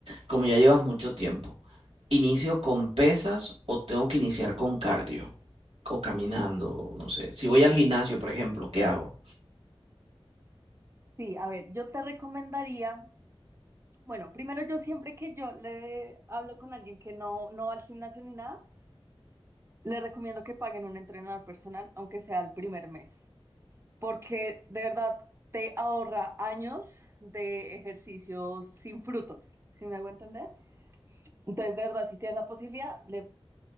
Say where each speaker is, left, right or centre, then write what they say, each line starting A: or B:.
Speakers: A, on the right (about 75°); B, on the right (about 25°).
A: Como ya llevas mucho tiempo, ¿inicio con pesas o tengo que iniciar con cardio? O caminando, no sé. Si voy al gimnasio, por ejemplo, ¿qué hago?
B: Sí, a ver, yo te recomendaría, bueno, primero yo siempre que yo le hablo con alguien que no, no va al gimnasio ni nada, le recomiendo que paguen un entrenador personal, aunque sea el primer mes, porque de verdad te ahorra años de ejercicios sin frutos, ¿sí me hago entender? Entonces, de verdad, si tienes la posibilidad, le